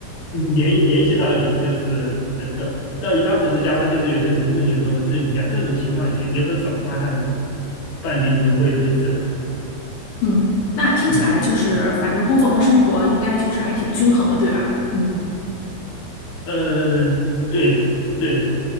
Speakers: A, on the left; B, on the left.
A: 联联系到你，就是呃到到一般不是加班，就是有一些什么问题可能会咨询一下，这种情况也也很少，大概半年里面会有一次吧。
B: 嗯，那听起来就是，
A: 嗯，
B: 反正工作和生活应该就是还挺均衡的，对吧？嗯，
A: 呃，对对。